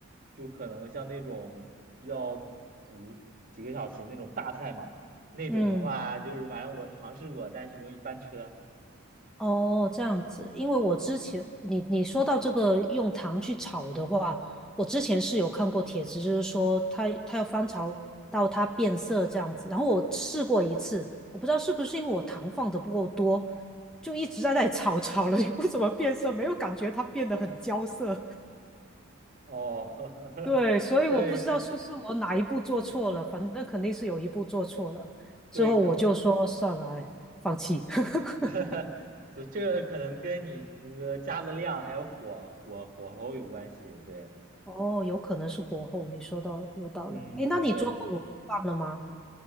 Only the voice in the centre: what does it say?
嗯。
哦，这样子，因为我之前你你说到这个用糖去炒的话，我之前是有看过帖子，就是说它它要翻炒到它变色这样子，然后我试过一次，我不知道是不是因为我糖放的不够多，就一直在那里炒 <laughs> 炒了，也不怎么变色，没有感觉它变得很焦色。
<laughs>
对，所以我不知道是不是我哪一步做错了，
反正肯定是有一步做错了，之后我就说算了，
哎，放弃。<laughs>
哦，有可能是火候，你说到有道理。
哎，那你做过卤肉饭了吗？